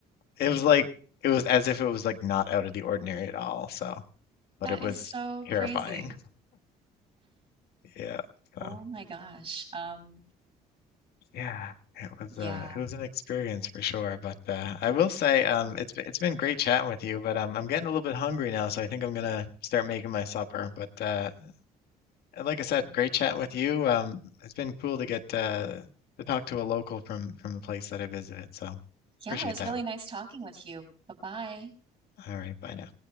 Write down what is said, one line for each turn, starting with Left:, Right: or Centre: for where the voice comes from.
Left: It was like it was as if it was like not out of the ordinary at all. So but
Right: That
Left: it
Right: is
Left: was
Right: so
Left: terrifying.
Right: crazy.
Left: Yeah. So
Right: Oh my gosh. Um,
Left: yeah, it was
Right: yeah.
Left: uh it was an experience for sure. But uh I will say um it's been- it's been great chatting with you, but um I'm getting a little bit hungry now, so I think I'm gonna start making my supper. But uh like I said, great chatting with you. Um it's been cool to get uh to talk to a local from from the place that I visited. So
Right: Yeah,
Left: appreciate
Right: it was
Left: that.
Right: really nice talking with you. Bye-bye.
Left: All right, bye now.